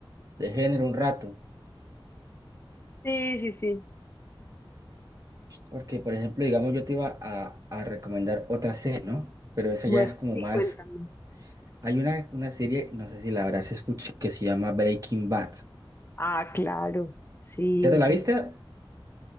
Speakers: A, on the right; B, on the left.
A: de género un rato.
B: Sí, sí, sí.
A: Porque, por ejemplo, digamos, yo te iba a, a recomendar otra serie, ¿no? Pero esa
B: Muest-
A: ya es como
B: sí,
A: más.
B: cuéntame.
A: Hay una, una serie, no sé si la habrás escuchado, que se llama Breaking Bad.
B: Ah, claro. Sí,
A: ¿Ya te
B: impresionante.
A: la viste?